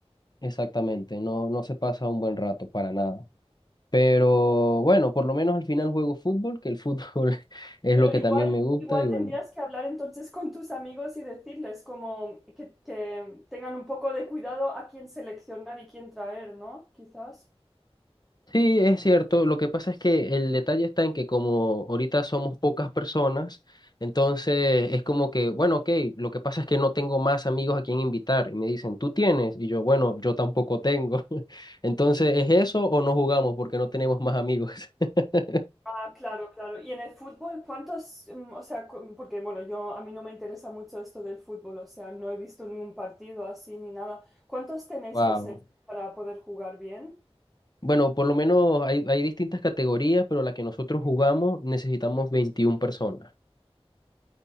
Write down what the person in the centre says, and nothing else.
Pero
igual,
igual
tendrías que hablar entonces con tus amigos y decirles como que, que tengan un poco de cuidado a quién seleccionar y quién traer, ¿no? Quizás.
Ah, claro, claro. Y en el fútbol, ¿cuántos, mm, o sea, cu- porque bueno, yo a mí no me interesa mucho esto del fútbol, o sea, no he visto ningún partido así ni nada. ¿Cuántos tenéis
que ser para poder jugar bien?